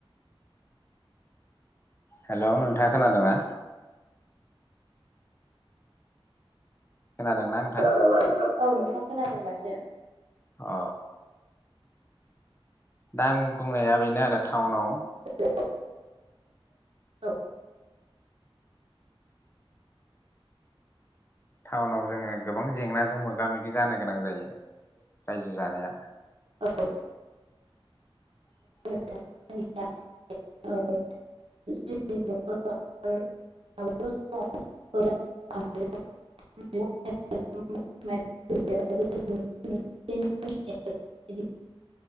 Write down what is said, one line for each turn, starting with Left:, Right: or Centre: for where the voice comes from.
Left: हेलौ नोंथाङा खोनादोंना। खोनादोंना नोंथां
Right: खोनादोंना नोंथां औ नोंथां। खोनादों दासो।
Left: अ। दा आं बुंनाया बेनो आरो टाउनाव।
Right: <unintelligible> औ
Left: टाउनाव जोङो गोबां जेंनाजों मोगा मोगि जानो गोनां जायो रायजो जानाया।
Right: औ
Left: <unintelligible>
Right: औ <inaudible> बिदि